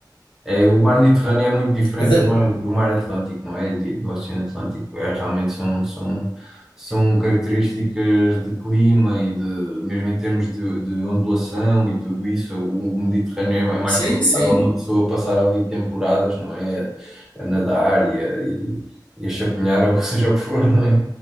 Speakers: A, in the centre; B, on the left (about 80°).
A: É, o mar Mediterrâneo é muito diferente
B: é da-
A: do mar, do mar Atlântico, não é? De- do Oceano Atlântico. É, realmente são, são, são características de clima e de, mesmo em termos de, de ondulação e tudo isso, o, o Mediterrâneo é, é mais
B: Sim,
A: favorável
B: sim,
A: a uma pessoa passar ali temporadas, não é? A nadar e a, e, e a chapinhar, ou <laughs> seja o que for, não é?